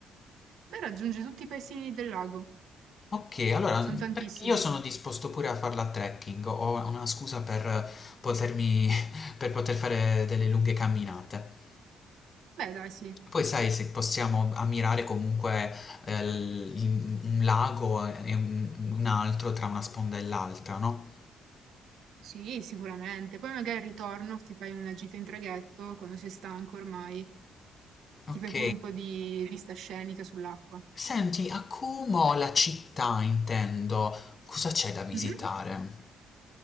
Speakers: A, on the right; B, on the left.
A: Beh, raggiungi tutti i paesini del lago.
B: Ok, allora
A: Sono tantissimi.
B: perché io sono disposto pure a farla a trekking, ho una scusa per potermi, <laughs> per poter fare delle lunghe camminate.
A: Beh, dai, sì.
B: Poi sai se possiamo ammirare comunque eh, l- il- un lago e un, un altro tra una sponda e l'altra, no?
A: Sì, sicuramente. Poi magari al ritorno ti fai una gita in traghetto quando sei stanco ormai.
B: Ok.
A: Ti fai pure un po' di vista scenica sull'acqua.
B: Senti, a Como, la città intendo, cosa c'è da visitare?
A: Mhm.